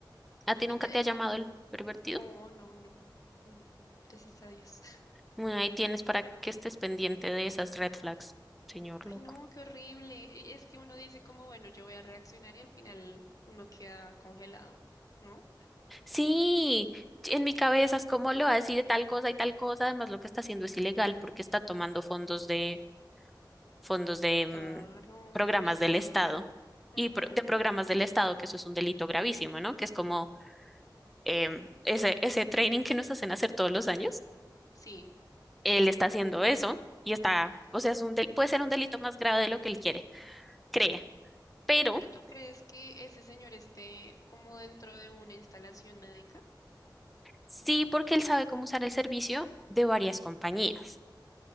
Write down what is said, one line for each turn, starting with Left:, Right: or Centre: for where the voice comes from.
Centre: ¿A ti
Left: Y
Centre: nunca
Left: te-
Centre: te
Left: el
Centre: ha llamado
Left: man,
Centre: el pervertido?
Left: no, no, no, no. Gracias a Dios. <laughs>
Centre: Bueno, ahí tienes para que estés pendiente de esas red flags, señor
Left: Ay,
Centre: loco.
Left: no, qué horrible. Y Es que uno dice como, bueno, yo voy a reaccionar y al final uno queda congelado, ¿no?
Centre: Sí, en mi cabeza es como le va a decir tal cosa y tal cosa. Además, lo que está haciendo es ilegal porque está tomando fondos de fondos de
Left: Claro,
Centre: mm, programas
Left: privados,
Centre: del Estado
Left: ¿no? Ujú,
Centre: y pro- de programas del Estado, que eso es un delito gravísimo, ¿no? Que es como em, ese, ese training que nos hacen hacer todos los años,
Left: Sí,
Centre: él está haciendo eso y está, o sea, es un del- puede ser un delito más grave de lo que él quiere, cree, pero
Left: pero ¿tú crees que ese señor esté como dentro de una instalación médica?
Centre: sí porque él sabe cómo usar el servicio de varias compañías.